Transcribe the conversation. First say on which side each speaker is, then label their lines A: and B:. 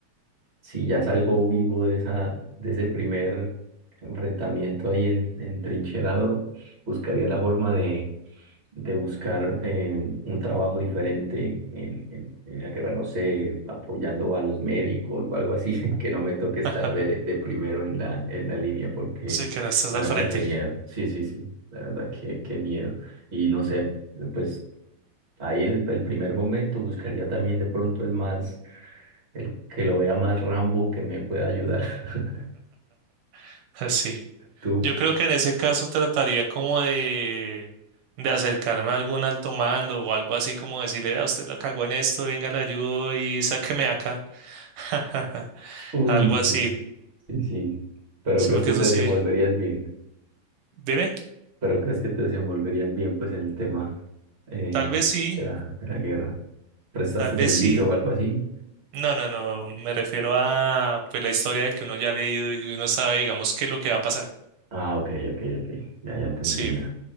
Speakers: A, on the right; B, on the right.
A: si ya salgo vivo de esa, de ese primer enfrentamiento ahí en, entrincherado, buscaría la forma de, de buscar eh, un trabajo diferente en, en- en la guerra, no sé, apoyando a los médicos o algo así, <laughs> que no me toque estar
B: <laughs>
A: de, de primero en la, en la línea, porque
B: Sí, que no estás
A: la
B: al
A: verdad
B: frente.
A: que miedo. Sí, sí, sí, la verdad que, que miedo. Y no sé, pues. Ahí el, el primer momento buscaría también de pronto el más, el que lo vea más Rambo que me pueda ayudar. <laughs>
B: <laughs> Sí,
A: Tú.
B: yo creo que en ese caso trataría como de, de acercarme a algún alto mando o algo así como decirle, a usted la cagó en esto, venga, le ayudo y sáqueme de acá. <laughs>
A: Uy,
B: Algo así.
A: sí, sí, sí. Pero
B: Sí,
A: crees
B: porque
A: que
B: eso
A: te
B: sí.
A: desenvolverías bien.
B: Dime,
A: Pero crees que te desenvolverías bien pues en el tema eh,
B: tal vez sí,
A: de la, de la guerra. ¿Prestaste
B: tal vez
A: servicio
B: sí.
A: o algo así?
B: No, no, no, me refiero a pues la historia de que uno ya ha leído y uno sabe, digamos, qué es lo que va a pasar.
A: Ah, ok, ok, ok. Ya, ya te
B: Sí,
A: entiendo.